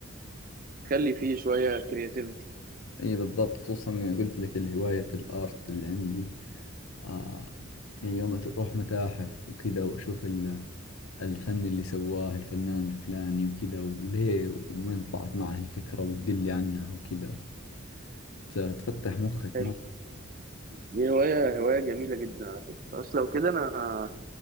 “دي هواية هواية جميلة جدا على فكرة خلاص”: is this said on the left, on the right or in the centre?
Right